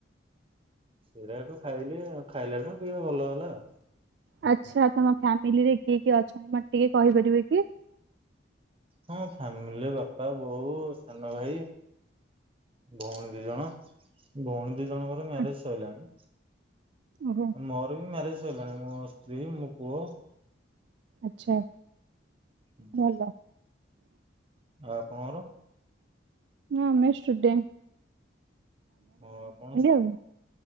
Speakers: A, on the right; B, on the right.
A: ସେରା ହେଠୁ ଖାଇଲି। ଖାଇଲାଠୁ ଟିକେ ଭଲ ହେଲା ଆଉ।
B: ଆଚ୍ଛା, ତମ ଫ୍ୟାମିଲିରେ କିଏ କିଏ ଅଛନ୍ତି ମତେ ଟିକେ କହିପାରିବେ କି?
A: ହଁ ଫ୍ୟାମିଲିରେ ବାପା, ବୋଉ, ସାନଭାଇ। ଭଉଣୀ ଦିଜଣ। ଭଉଣୀ ଦିଜଣଙ୍କର ମ୍ୟାରେଜ
B: ଆଚ୍ଛା,
A: ସଇଲାଣି।
B: ଓହୋ।
A: ମୋର ବି ମ୍ୟାରେଜ ସଇଲାଣି। ମୋ ସ୍ତ୍ରୀ ମୋ ପୁଅ
B: ଆଚ୍ଛା।
A: ହୁଁ।
B: ଭଲ
A: ଆଉ ଆପଣଙ୍କର?
B: ନା ମୁଁ ସ୍ଟୁଡେଣ୍ଟ।
A: ହଁ ଆପଣ,
B: ଆଉ